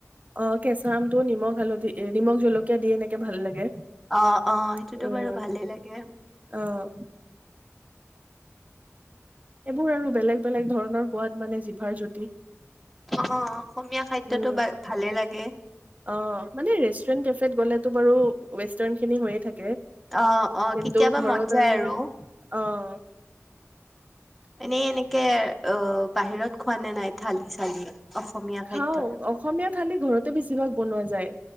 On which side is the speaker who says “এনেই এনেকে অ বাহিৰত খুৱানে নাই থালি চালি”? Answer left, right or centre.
Centre